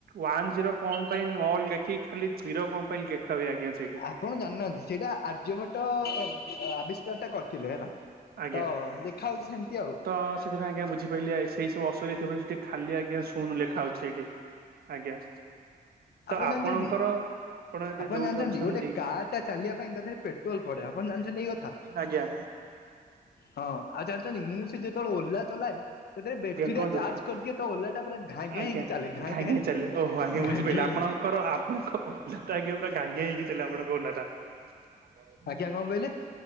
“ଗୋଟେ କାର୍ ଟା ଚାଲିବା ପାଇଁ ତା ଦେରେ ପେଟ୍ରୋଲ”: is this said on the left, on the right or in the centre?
Left